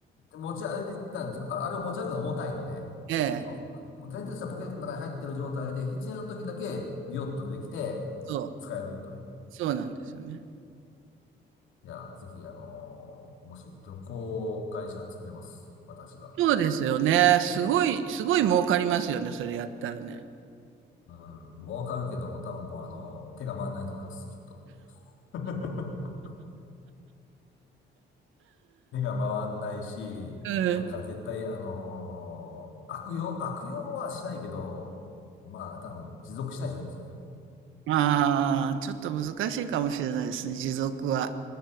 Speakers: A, on the left (about 80°); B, on the right (about 85°).
A: 持ち歩いたんですああれを持ち歩くのは重たいので、
B: ええ、
A: そう。もう前提としてはポケットの中に入ってる状態で、必要な時だけビヨッと出てきて、
B: そう。
A: 使えるという。
B: そうなんですよね。
A: いやー、ぜひ、あのーもし旅行会社作れます。私は。
B: そうですよね。すごい、すごい儲かりますよね、それやったらね。
A: うん、儲かるけども、多分もう、あのー手が回らないと思います、きっと。<laughs> 手が回んないし、
B: うん。
A: なんか絶対、あのー悪用、悪用はしないけど、まあ、多分持続しないじゃないですよね。
B: ああ、ちょっと難しいかもしれないですね、持続は。